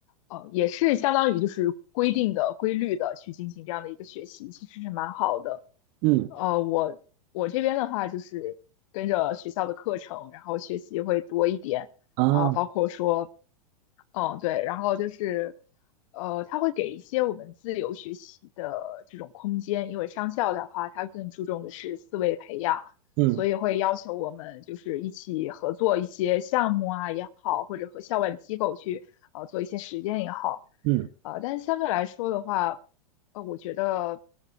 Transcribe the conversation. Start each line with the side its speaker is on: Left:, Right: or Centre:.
Left: 呃，也是相当于就是规定的、规律的去进行这样的一个学习，其实是蛮好的。
Right: 嗯
Left: 呃，我我这边的话就是跟着学校的课程，然后学习会多一点啊，
Right: 啊，
Left: 包括说，嗯，对，然后就是，呃，他会给一些我们自由学习的这种空间，因为商校的话，它更注重的是思维培养，
Right: 嗯
Left: 所以会要求我们就是一起合作一些项目啊也好，或者和校外的机构去呃做一些实践也好。
Right: 嗯。
Left: 呃，但是相对来说的话，呃，我觉得，